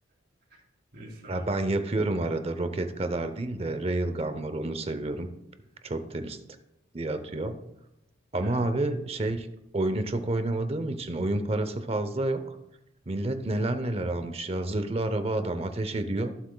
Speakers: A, on the right; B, on the right.
A: <laughs> neyse artık.
B: Ya ben yapıyorum arada roket kadar değil de Railgun var onu seviyorum. Çok temiz diye atıyor. Ama
A: Evet.
B: abi şey oyunu çok oynamadığım için oyun parası fazla yok. Millet neler neler almış ya zırhlı araba adam ateş ediyor.